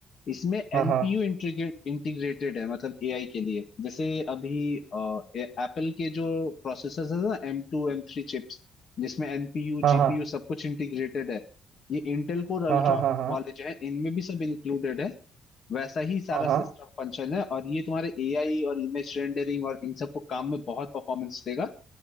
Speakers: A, on the left; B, on the right.
A: इसमें
B: हाँ
A: एनपीयू इंटीग्रेट इंटीग्रेटेड है मतलब एआई के लिए जैसे अभी एप्पल के जो प्रोसेसर है ना M two M three chips जिसमें एनपीयू
B: हाँ
A: जीपीयू सब कुछ इंटीग्रेटेड है ये इंटेल कोर अल्ट्रा
B: हाँ हाँ हाँ हाँ हाँ
A: वाले जो है इनमें भी सब इंक्लूडेड है वैसा ही सारा
B: हाँ हाँ
A: सिस्टम फंक्शन है और ये तुम्हारे एआई और इमेज रेंडरिंग और इन सब को काम में बहुत परफॉर्मेंस देगा